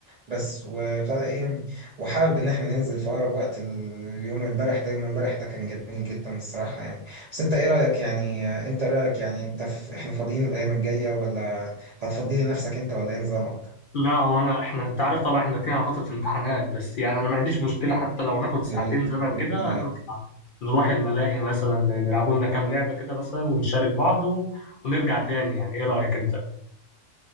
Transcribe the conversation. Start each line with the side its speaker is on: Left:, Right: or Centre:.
Right: بس وابتدى ايه وحابب ان احنا ننزل في اقرب وقت اليوم امبارح ده يوم امبارح ده كان جميل جدا الصراحه يعني بس انت ايه رايك يعني انت إيه رايك يعني انت في احنا فاضيين الايام الجايه ولا هتفضي لنفسك انت ولا ايه نظامك؟
Left: لا هو انا احنا انت عارف طبعا احنا داخلين على فتره الامتحانات بس يعني انا ما عنديش مشكله حتى لو ناخد ساعتين
Right: يقول لي
Left: زمن
Right: بتروح
Left: كده
Right: هنا.
Left: نطلع نروح الملاهي مثلا نلعبوا لنا كام لعبه كده مثلا ونشارك بعض و... ونرجع تاني يعني ايه رايك انت